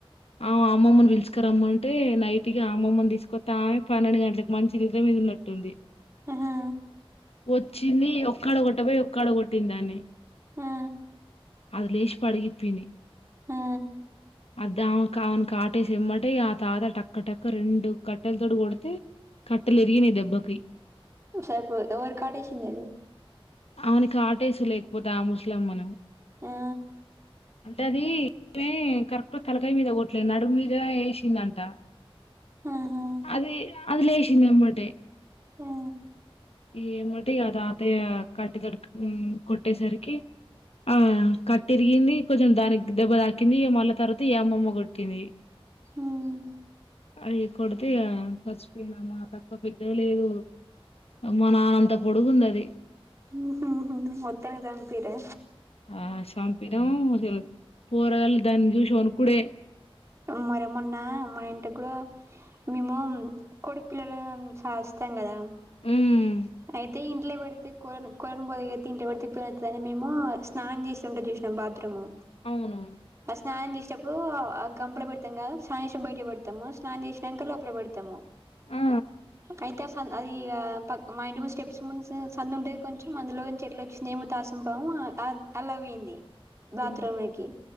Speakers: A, on the left (about 85°); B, on the right (about 30°).
A: ఆమ అమ్మమ్మని పిల్చుకరమ్మంటే నైట్ ఇగ అమ్మమ్మని తీసుకొత్తే ఆమె పన్నెండు గంటలకి మంచి నిద్ర మీదన్నట్టుంది.
B: ఆహా
A: వచ్చింది ఒక్కాడ కొట్టబోయి ఒక్కాడ కొట్టింది దాన్ని.
B: ఆ
A: అది లేచి పడగి పింది
B: ఆ
A: అది ఆమెకు ఆమెను కాటేసి ఎమ్మటే ఆ తాత టక్క టక్క రెండు కట్టెలతోటి కొడితే కట్టెలు ఇరిగినయి దెబ్బకి.
B: సారి పో ఎవ్వర్కి కాటేసింది అది?
A: ఆమెను కాటేసు లేకపోతే ఆ ముస్లమ్మను.
B: ఆ
A: అంటే అది కరెక్ట్ తలకాయ మీద కొట్లే నడుమ్ మీద ఏసిండన్ట
B: ఆహా
A: అది, అది లేసింది ఎమ్మటే
B: ఆ
A: ఇగ ఎమ్మోతి ఇగ తాతయ్య కట్టే తోటి ఉమ్ కొట్టేసరికి ఆ కట్టిరీగింది కొంచెం దానికి దెబ్బ తాకింది, ఇగ మళ్ళా తర్వాత ఈ అమ్మమ్మ కొట్టింది.
B: ఉమ్
A: అది కొడితే ఇగ చచ్చిపోయిన్దమ్మా తక్కువ పెద్దగ లేదు. అమ్మ నాన్నంత పొడుగుంది అది.
B: ఉ హు హు మొత్తానికి సంపిర్రా?
A: ఆ సంపినం చెల్ పోరగాళ్ళు దాని చూసి ఒణుకుడే.
B: మరే మొన్నా మా ఇంటిగ్గుడా, మేము కొడి పిల్లలను సాస్తం గదా.
A: ఉమ్
B: అయితే ఇన్ ఇంట్లే పెడితే కోళ్లను కొల్లను పోదిగిత్తే ఇంట్ల పెడితే <unintelligible> అని మేము ఆ స్నానం చేసేదుంటది గద బాత్రూము.
A: అవునువును.
B: సానం చేసేప్పుడూ అద్ సంపుల పెడతాం కాద, స్నానం చేసేపుడు బయటికి పెడతము, స్నానం చేస్నంక లోపల పెడతము.
A: ఆ
B: అయితే ఆ సన్ అది ఇగ పక్ మా ఇంటి ముందు స్టెప్స్ ముందు సందు ఉంటే కొంచెం అందులోంచి ఎట్లొచ్చిందో ఏమో తాసుం పాము ఆ ఆ అల్లక్ పోయింది. బాత్రుమ్
A: ఓ
B: ఎక్కి,